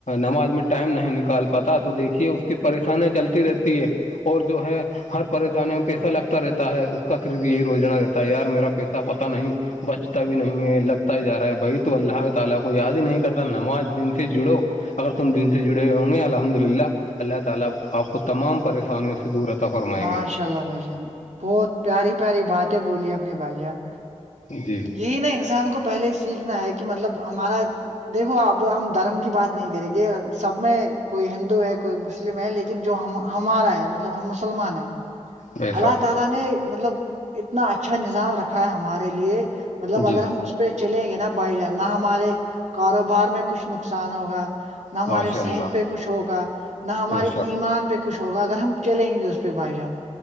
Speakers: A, on the left; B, on the right.
A: نماز میں ٹائم نہیں نکال پاتا تو دیکھیے اس کی پریشانیاں چلتی رہتی ہے اور جو ہے ہر پریشانی میں پیسہ لگتا رہتا ہے اس کا قریب یہی روجنا دیتا ہے یار میرا پیسہ پتا نہیں بچتا بھی نہیں ہے لگتا جا رہا ہے بھائی تو اللہ تعالی کو یاد ہی نہیں کرتا نماز ان سے جڑو اگر تم دین سے جڑے ہوں گے الحمدللہ اللہ تعالی اپ کو تمام پریشانوں سے عطا فرمائیں
B: ماشاء
A: گے
B: اللہ بھائی جان بہت پیاری پیاری باتیں بولی اپنے بھائی جان
A: جی
B: یہی نا انسان کو پہلے ہی سیکھنا ہے کہ مطلب ہمارا دیکھو اب ہم دھرم کی بات نہیں کریں گے سب میں کوئی ہندو ہے کوئی مسلم لیکن جو ہمارا ہے ہم مسلمان ہیں
A: بے
B: اللہ
A: شک
B: تالا نہ مطلب اتنا اچھا نظام رکھا ہے ہمارے لیے مطلب اگر
A: جی
B: ہم اس پہ چلیں گے نا پائی جائے نہ ہمارے کاروبار میں کچھ نقصان ہوگا نہ ہمارے
A: ماشاء اللہ
B: صحت پہ کچھ ہوگا نہ ہمارے
A: بے شک
B: ایمان پہ کچھ ہوگا اگر ہم چلیں گے اس بھائی جان